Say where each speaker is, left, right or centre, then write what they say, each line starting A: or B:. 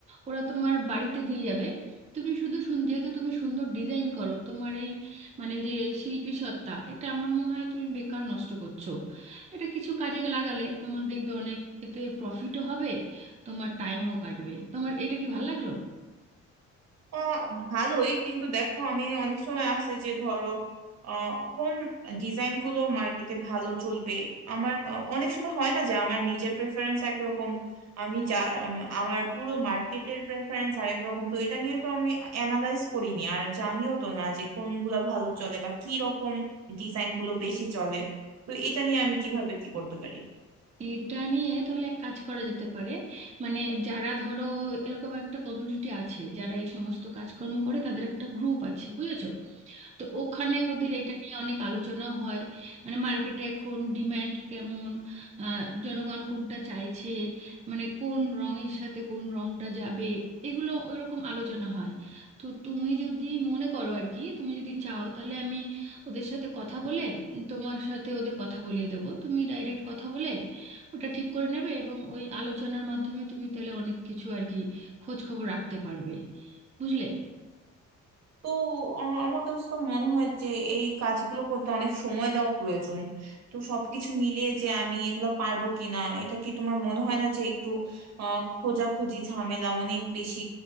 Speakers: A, on the right; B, on the right.
A: ওরা তোমার বাড়িতে দিয়ে যাবে তুমি শুধু শুন যেহেতু তুমি সুন্দর ডিজাইন করো তোমার এই মানে যে শিল্পী সত্তা এটা আমার মনে হয় তুমি বেকার নষ্ট করছো এটা কিছু কাজে লাগালে তোমার দেখবে অনেক এতে প্রফিটও হবে তোমার টাইমও কাটবে তোমার এটা কি ভালো লাগলো
B: আহ ভালোই কিন্তু দেখো আমি অনেক সময় আছে যে ধরো আহ কোন ডিজাইন গুলো মার্কেটে ভালো চলবে আমার আহ, অনেক সময় হয় না যে আমার নিজের প্রেফারেন্স একরকম আমি যা উম, আমার পুরো মার্কেটের প্রেফারেন্স আরেক রকম তো এটা নিয়ে তো আমি অ্যানালাইজ করিনি আর জানিও তো না যে কোনগুলো ভালো চলে বা কি রকম ডিজাইন গুলো বেশি চলে তো এটা নিয়ে আমি কিভাবে কি করতে পারি
A: এটা নিয়ে তাহলে এক কাজ করা যেতে পারে মানে যারা ধরো এরকম একটা কমিউনিটি আছে যারা এই সমস্ত কাজকর্ম করে তাদের একটা গ্রুপ আছে বুঝেছো তো ওখানে ওদের এটা নিয়ে অনেক আলোচনাও হয় মানে মার্কেটে এখন ডিম্যান্ড কেমন আহ, জনগণ কোনটা চাইছে মানে কোন রঙের সাথে কোন রঙটা যাবে এগুলো ওইরকম আলোচনা হয় তো তুমি যদি মনে করো আর কি তুমি যদি চাও তাহলে আমি ওদের সাথে কথা বলে তোমার সাথে ওদের কথা বলিয়ে দেবো তুমি ডাইরেক্ট কথা বলে ওটা ঠিক করে নেবে এবং ওই আলোচনার মাধ্যমে তুমি তাহলে অনেক কিছু আর কি খোঁজ খবর রাখতে পারবে বুঝলে
B: তো আ- আমার কাছে তো মনে হয় যে এই কাজগুলো করতে অনেক সময় দেওয়া প্রয়োজন তো সবকিছু মিলিয়ে যে আমি এগুলো পারবো কিনা এটা কি তোমার মনে হয় না যে একটু আহ খোঁজাখুঁজি ঝামেলা অনেক বেশি